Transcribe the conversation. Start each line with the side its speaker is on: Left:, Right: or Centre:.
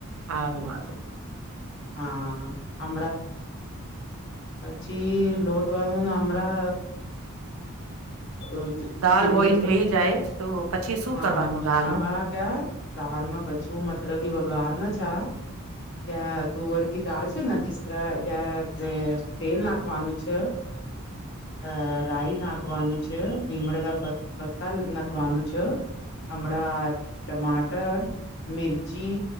Right: હારું હારું.
Left: હા <inaudible> પછી લોટવાનું નામડા. અહ
Right: દાલ
Left: જમીન
Right: બોઈલ
Left: પર,
Right: થઈ જાય તો પછી શું
Left: હા
Right: કરવાનું દાલનું
Left: આમણાં ક્યા, દાળમાં પછું મતળગી વઘાર ન અચ્છા <unintelligible> તુઅર કી દાળ છે ને જીસ તરહ <unintelligible> તે તેલ નાખવાનું છ, અહ રાય નાખવાનું છ, લીમડા કા પ પત્તા નાખવાનું છ, હમણા ટમાટર, મિર્ચી